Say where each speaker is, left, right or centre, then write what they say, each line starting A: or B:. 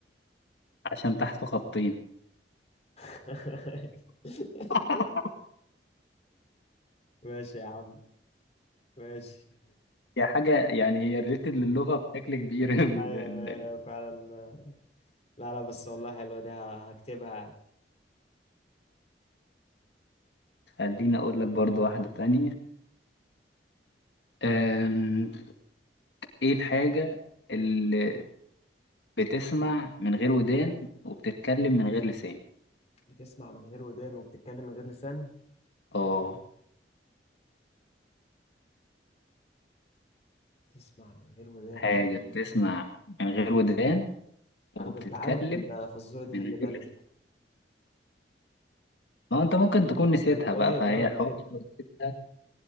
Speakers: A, on the left (about 85°); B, on the left (about 40°).
A: عشان تحته خطين
B: <laughs>
A: <laughs>
B: ماشي يا عم ماشي
A: هي حاجة يعني هي ريليتد للغة بشكل كبير <laughs> ال-
B: ايوه
A: ال-
B: ايوه
A: ال-
B: فعلا آه، لا لا بس والله حلوه دي ه- هكتبها يعني
A: خليني اقول لك برضو واحدة تانية أم، ايه الحاجة اللي بتسمع من غير ودان وبتتكلم من غير لسان
B: بتسمع من غير ودان وبتتكلم من غير لسان
A: اه
B: بتسمع من غير ودان
A: حاجة بتسمع من غير ودان وبتتكلم
B: انا كنت عارف الفزوره دي
A: من
B: خلي
A: غير
B: بالك
A: ما هو انت ممكن تكون نسيتها
B: ده الموبايل
A: بقى فهي
B: ده ولا
A: حوار
B: ايه
A: إنك نسيتها